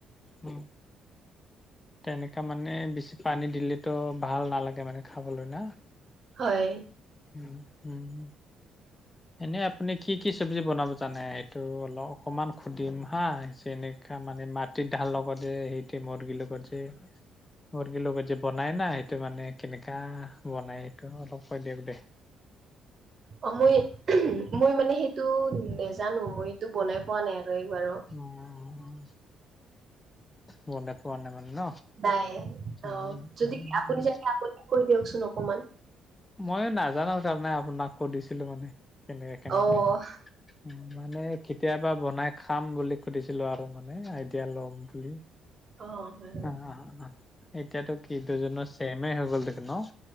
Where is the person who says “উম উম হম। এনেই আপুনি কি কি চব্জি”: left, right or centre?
Left